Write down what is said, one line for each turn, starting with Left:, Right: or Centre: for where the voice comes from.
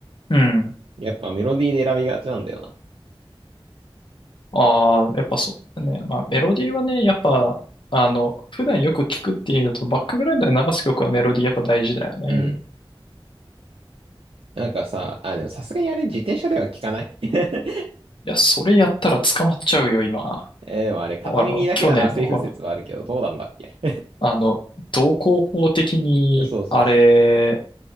Left: うん。
Right: やっぱメロディーで選びがちなんだよな。
Left: ああ、やっぱそうね。まあ、メロディーはね、やっぱ、あの、普段よく聴くっていうのと、バックグラウンドで流す曲はメロディーやっぱ大事だよね。
Right: うん。なんかさ、あ、でもさすがにあれ自転車では聞かない <laughs>
Left: いや、それやったら捕まっちゃうよ、今。
Right: えー、でもあれ片耳だけならセーフ説はあるけど、
Left: あの、去年のほら
Right: どうなんだっけ
Left: あの、道交法的に、
Right: <laughs> そうそうそう。
Left: あれ、